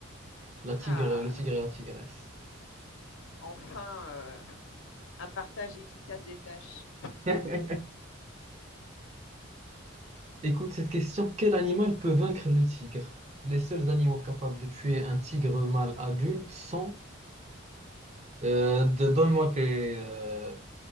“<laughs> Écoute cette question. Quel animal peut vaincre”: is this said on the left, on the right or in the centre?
Right